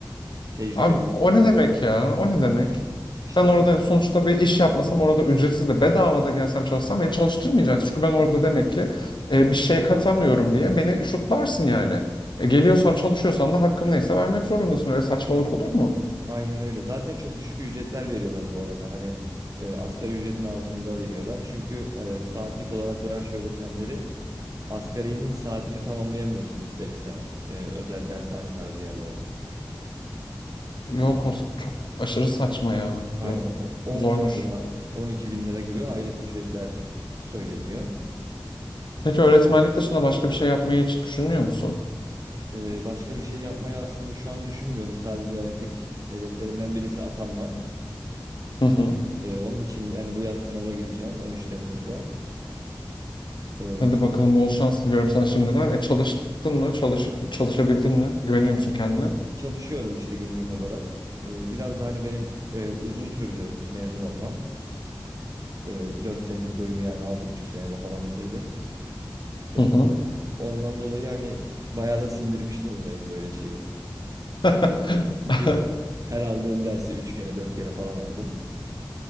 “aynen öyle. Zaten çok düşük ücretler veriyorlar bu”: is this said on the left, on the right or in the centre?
Right